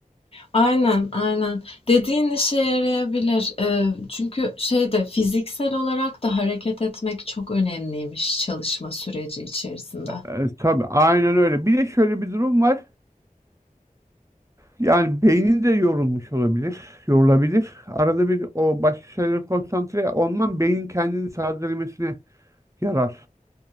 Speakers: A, on the left; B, on the right.
A: Aynen, aynen. Dediğin işe yarayabilir. Ee, çünkü şeyde fiziksel olarak da hareket etmek çok önemliymiş çalışma süreci içerisinde.
B: E, tabii aynen öyle. Bir de şöyle bir durum var. Yani beynin de yorulmuş olabilir, yorulabilir. Arada bir o başka şeylere konsantre olman beynin kendini tazelemesine yarar.